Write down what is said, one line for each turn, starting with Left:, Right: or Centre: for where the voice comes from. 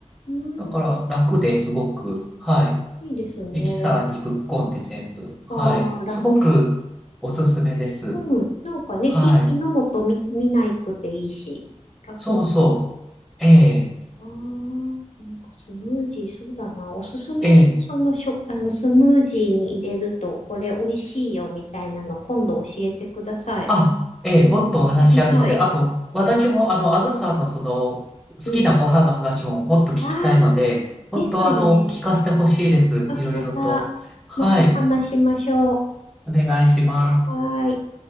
Left: ーん、
Centre: だから楽ですごく、はい。
Left: いいですね。
Centre: ミキサーにぶっこんで全部、はい。
Left: ああ、
Centre: すごくおすすめです。
Left: 楽だ。うん。なんかね、
Centre: はい。
Left: 火、火の元見、見ないくていいし、楽です。
Centre: そうそう。ええ、
Left: ああ、なんかスムージー、そうだな。おすすめの、
Centre: ええ、
Left: そのしょ、あの、スムージーに入れると、これ美味しいよみたいなの、今度教えてください。
Centre: あ、ええ、もっとお話あるので、
Left: 行きたい。
Centre: あと、私もあの、あずさんのその、好きなご飯の話ももっと聞きたいので、
Left: うん。ああ、
Centre: 本当あの、
Left: ですね。
Centre: 聞かせてほしいです。
Left: あ、
Centre: いろいろと。
Left: また、
Centre: はい。
Left: また話しましょ
Centre: お願いします。
Left: う。はーい。